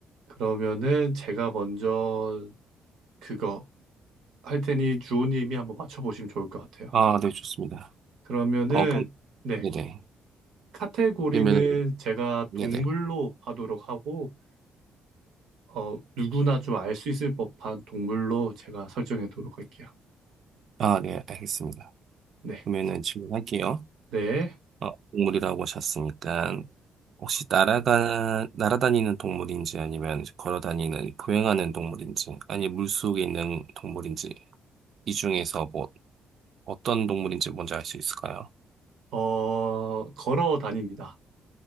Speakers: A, on the right; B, on the right.
A: 그러면은 제가 먼저 그거 할 테니 주호님이 한번 맞춰보시면 좋을 것 같아요.
B: 아, 네, 좋습니다.
A: 그러면은
B: 어, 그럼,
A: 네.
B: 네네.
A: 카테고리는
B: 그러면은,
A: 제가
B: 네네.
A: 동물로 하도록 하고 어 누구나 좀 알 수 있을 법한 동물로 제가 설정해도록 할게요.
B: 아, 네, 알겠습니다.
A: 네.
B: 그러면은 질문할게요.
A: 네.
B: 어, 동물이라고 하셨으니까, 혹시 날아가, 날아다니는 동물인지 아니면 걸어다니는, 보행하는 동물인지, 아니 물속에 있는 동물인지, 이 중에서 뭐 어떤 동물인지 뭔지 알 수 있을까요?
A: 어 걸어 다닙니다.